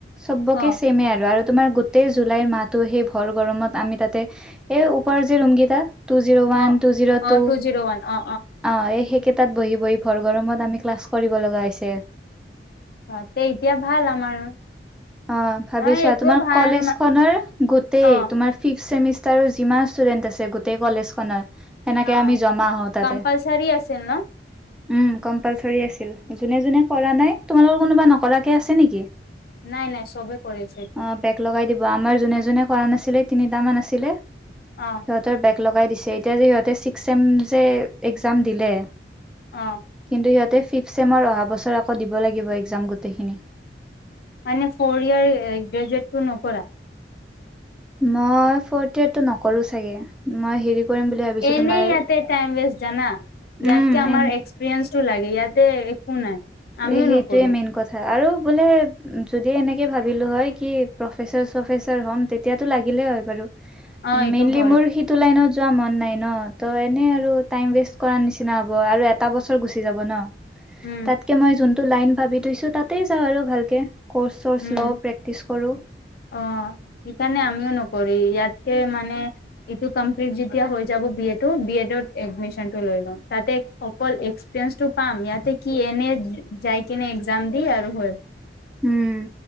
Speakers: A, in the centre; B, on the left (about 55°).
A: চবকে
B: অ
A: চেমে আৰু তোমাৰ গোটেই জুলাইৰ মাহতো সেই ভৰ গৰমত আমি তাতে এ ওপৰ যে ৰুমকেইটা টু জিৰ' ওৱান,
B: অ
A: টু জিৰ'
B: অ
A: টু
B: জিৰ' ওৱান
A: <inaudible>
B: অ
A: অ সেই সেইকেইটাত বহি-বহি ভৰ গৰমত আমি ক্লাছ কৰিব লগা হৈছে।
B: তাতে এতিয়া ভাল আমাৰ।
A: অ ভাবি
B: আমাৰ
A: চোৱা
B: এইটোও
A: তোমাৰ
B: ভাল
A: কলেজখনৰ গোটেই
B: অ
A: তোমাৰ ফিফ চেমিছ ষ্টাৰৰ যিমান ষ্টুডেন্ট আছে গোটেই কলেজখনত সেনেকে
B: অ
A: আমি জমা হ‌ওঁ তাতে।
B: কম্পালচাৰী আছিল ন
A: উম কম্পালচৰি আছিল। যোনে-যোনে কৰা নাই, তোমালোকৰ কোনোবা নকৰাকে আছে নেকি? <unintelligible>
B: নাই-নাই চবেই কৰিছে এইটো।
A: অ <unintelligible> আমাৰ যোনে-যোনে কৰা নাছিলে তিনিটা মান আছিলে। সিহঁতৰ
B: অ
A: বেক ব্ৰেক লগাই দিছে। এতিয়া যে সিহঁতে ছিক্স চেম যে একজাম দিলে <inaudible>
B: অ
A: কিন্তু সিহঁতে ফিফ চেমৰ অহা বছৰ আকৌ দিব লাগিব এক্সাম গোটেইখিনি।
B: মানে ফ'ৰ ইয়াৰ গ্ৰেজুৱেটটো নকৰা?
A: মই ফৰ্থ ইয়েৰটো নকৰো চাগে। মই হেৰি কৰিম বুলি ভাবিছোঁ
B: এনেই
A: তোমাৰ
B: ইয়াতে টাইম ৱেষ্ট জানা। ইয়াতকে
A: উম
B: আমাৰ
A: এন
B: এক্সপেৰিয়েন্সটো লাগে, ইয়াতে একো নাই। আমিও
A: এ সেইটোৱেই
B: নকৰো
A: মেইন কথা আৰু বোলে যদি এনেকৈ ভাবিলোঁ হয় কি প্ৰফেচাৰ-চফেচাৰ হ'ম তেতিয়াতো লাগিলেই হয় বাৰু।
B: অ এইটো
A: মেইনলি
B: হয়
A: মোৰ সিটো লাইনত যোৱা মন নাই ন। ত এনে আৰু টাইম ৱেষ্ট । কৰাৰ নিচিনা হ'ব আৰু এটা বছৰ গুচি যাব ন।
B: উম।
A: তাতকে মই যোনটো লাইন ভাবি থৈছো তাতে যাওঁ আৰু ভালকে। কৰ্চ চৰ্চ
B: উম,
A: লওঁ প্ৰেক্টিচ কৰো
B: অ সেইকাৰণে আমিও ন কৰি ইয়াতে মানে ইটো কমপ্লিট যেতিয়া হৈ যাব বি এ টো, বি এ তোত এডমিছন টো ল তাতে অকল এক্সপিৰিয়েন্সটো পাম। ইয়াতে কি এনে যাই কিনে এক্সাম দি আৰু হয়।
A: উম